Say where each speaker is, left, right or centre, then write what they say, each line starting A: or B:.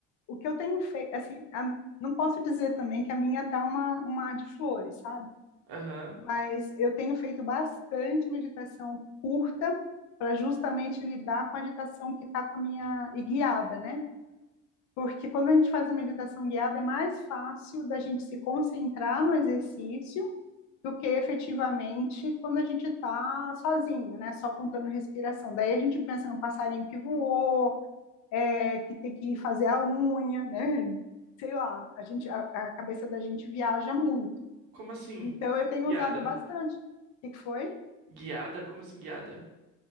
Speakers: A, on the left; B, on the right.
A: o que eu tenho feito, assim, a- não posso dizer também que a minha tá uma, um mar de flores, sabe?
B: Aham.
A: Mas eu tenho feito bastante meditação curta para justamente lidar com a agitação que está com a minha, e guiada, né? Porque quando a gente faz a meditação guiada, é mais fácil da gente se concentrar no exercício do que efetivamente quando a gente está sozinho, né? Só contando respiração. Daí a gente pensa no passarinho que voou, é, que tem que fazer a unha, né? Sei lá, a gente, a, a cabeça da gente viaja muito.
B: Como assim?
A: Então eu tenho
B: Guiada.
A: usado bastante. O que foi?
B: Guiada? Como assim, guiada?